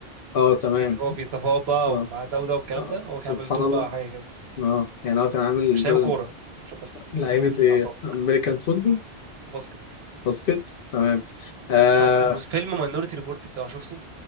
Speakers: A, on the left; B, on the right.
A: اه تمام
B: اللي هو بيتفاوض بقى
A: اه
B: ومع ده وده والكلام
A: آه،
B: ده هو
A: سبحان
B: كان عامل دور
A: الله
B: بقى حاجة كده
A: اه يعني هو كان عامل
B: مش
A: دور
B: لعيب كورة عشان بس
A: لعيبة
B: تهدي
A: ايه
B: أعصابك
A: امريكان فوتبول
B: م- باسكت
A: باسكت تمام آه
B: طب م- فيلم ماينورتي ريبورت بتاعه شفته